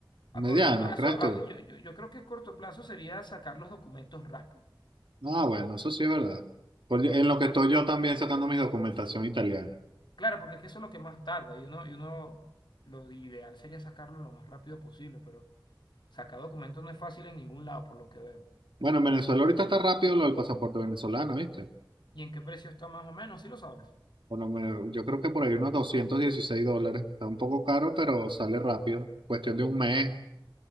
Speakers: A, on the left; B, on the right.
A: A
B: Mediano,
A: corto plazo,
B: ¿crees tú?
A: a- yo, yo, yo creo que corto plazo sería sacar los documentos rápido.
B: Ah, bueno, eso sí es verdad. Por- en lo que estoy yo también sacando mi documentación italiana.
A: Claro, porque es que eso es lo que más tarda y uno, y uno, lo ideal sería sacarlo lo más rápido posible, pero sacar documentos no es fácil en ningún lado, por lo que veo.
B: Bueno, en Venezuela ahorita está rápido lo del pasaporte venezolano, ¿viste?
A: ¿Y en qué precio está más o menos? Sí lo sabes.
B: Por lo menos, yo creo que por ahí unos 216 dólares. Está un poco caro, pero sale rápido. Cuestión de un mes.